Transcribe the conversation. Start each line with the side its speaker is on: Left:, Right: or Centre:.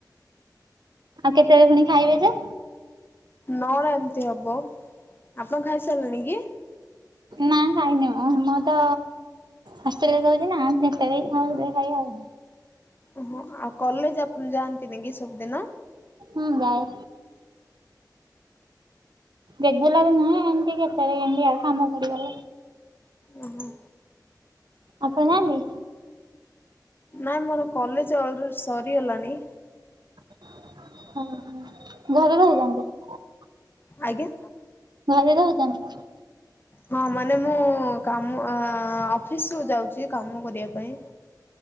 Right: କେତେବେଳେ ପୁଣି ଖାଇବେ ଯେ?
Left: ନଅଟା ଏମିତି ହବ ଆପଣ ଖାଇସାରିଲେଣି କି?
Right: ନା ଖାଇନି ମୁଁ ତ ହଷ୍ଟେଲ ରେ ରହୁଚି ନା ଯେତେବେଳେ ଇଚ୍ଛା ହବ ସେତେବେଳେ ଖାଇବି ଆଉ।
Left: ଓହୋ ଆଉ କଲେଜ ଆପ ଯାଆନ୍ତିନି କି ସବୁଦିନ?
Right: ହୁଁ ଯାଏ। ରେଗୁଲାର ନୁହେଁ ଏମତି କେତେବେଳେ କେମିତି ଆଉ କାମ ପଡ଼ିଗଲେ।
Left: ଓ ହୋ
Right: ଆପଣ ଯାଆନ୍ତି?
Left: ନାଇଁ ମୋର କଲେଜ ଅଲରେଡି ସରିଗଲାଣି।
Right: ଓହୋ ଘରେ ରହୁଚନ୍ତି?
Left: ଆଜ୍ଞା।
Right: ଘରେ ରହୁଚନ୍ତି।
Left: ହଁ ମାନେ ମୁଁ କାମ ଆଁ ଅଫିସକୁ ଯାଉଚି କାମ କରିବା ପାଇଁ।